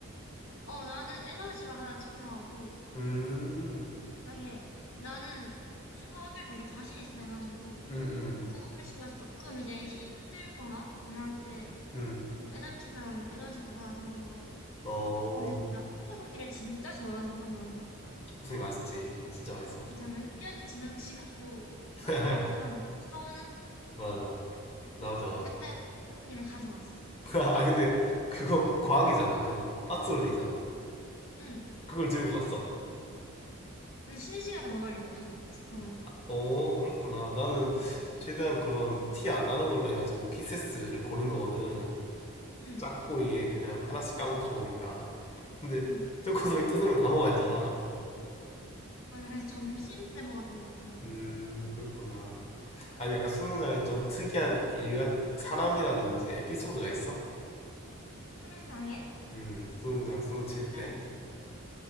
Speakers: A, on the left (about 70°); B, on the left (about 30°).
A: 어, 나는 에너지바 하나 챙겨가고,
B: 음,
A: 만약에 나는 수학을 되게 자신 있어 해가지고,
B: 음, 음,
A: 선생님 집에서 조금 이제 힘들거나 이럴 때
B: 음.
A: 좀 에너지가 이런 에너지바 하나 들고 가고
B: 어,
A: 그리고 나 초코 종이를 진짜 좋아한단 말이야.
B: 초코송이 맛있지. 진짜 맛있어.
A: 정말 1년이 지난 지금도 항상
B: <laughs>
A: 마트 가면 사오는
B: 맞아. 나도 나도.
A: 그때도 초코 종이를 가져왔어.
B: <laughs> 아, 근데 그건 과학이잖아. 그 박스로 돼 있잖아.
A: 응.
B: 그걸 들고 갔어?
A: 근데 쉬는 시간에 먹으려고 가져왔지 그거는.
B: 어, 그렇구나. 나는 최대한 그런 티 안 나는 걸로 해가지고 키세스를 고른 거거든.
A: 응.
B: 작고 이게 그냥 하나씩 까먹기 좋으니까. 근데
A: 응.
B: 초코송이 뜯으면 다 먹어야 되잖아.
A: 맞아 그래서 점심 때 먹었던 것 같아 나는.
B: 음, 그렇구나. 아니, 약간 수능장이 좀 특이한 일같, 사람이라든지 에피소드가 있어?
A: 수능장애?
B: 음, 수능장, 수능 칠
A: 근데
B: 때.